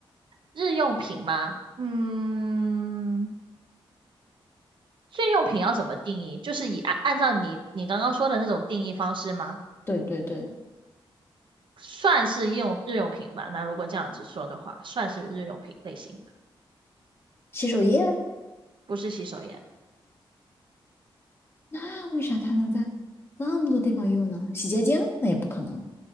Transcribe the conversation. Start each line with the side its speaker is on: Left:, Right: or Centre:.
Right: 日用品吗？嗯，日用品要怎么定义？就是以按按照你你刚刚说的那种定义方式吗？
Left: 对对对，
Right: 算是日用日用品吧。那如果这样子说的话，算是日用品类型的，
Left: 洗手液，
Right: 不是洗手液，
Left: 那为啥它能在那么多地方用呢？洗洁精那也不可能，